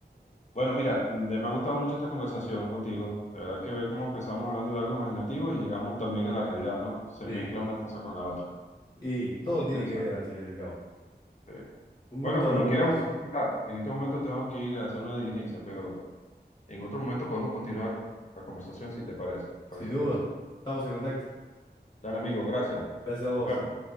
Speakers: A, on the left; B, on the left.
A: Bueno, mira, mm, de- me ha gustado mucho esta conversación contigo. De verdad que ve cómo empezamos hablando de algo imaginativo y llegamos también a la realidad, ¿no? Se
B: Sí.
A: mezcla una cosa con la otra.
B: Y todo
A: Oye,
B: tiene
A: interesante.
B: que ver al final y al cabo.
A: Sí.
B: Un
A: Bueno,
B: gusto
A: cuando
B: hablar con
A: quiera
B: vos,
A: volver a hablar. En este momento tengo que ir a hacer una diligencia, pero en otro momento podemos continuar la conversación si te parece. Parece
B: sin duda.
A: interesante.
B: Estamos en contacto.
A: Dale, amigo, gracias.
B: Gracias a vos.
A: Nos vemos.